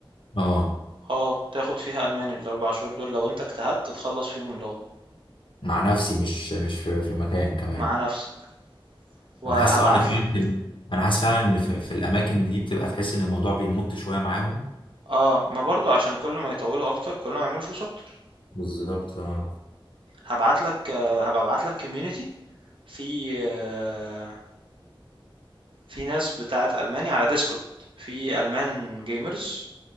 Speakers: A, on the left; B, on the right.
A: اه
B: اه تاخد فيها الماني الاربع شهور دول لو انت اجتهدت تتخلص فيهم اللغة
A: مع نفسي مش مش في, في مكان كمان
B: مع نفسك وهبعت
A: انا حاسس اه ان فعلا
B: لك
A: في- انا حاسس فعلا ان في, في الاماكن دي بتبقى تحس ان الموضوع بيمط شويه معاهم
B: اه ما برضو عشان كل ما يطولوا اكتر كل ما يعملوا فلوس اكتر
A: بالظبط اه
B: هبعت لك آه، هبقى ابعت لك كوميونتي في آه، في ناس بتاعت الماني على ديسكورد في المان جيمرز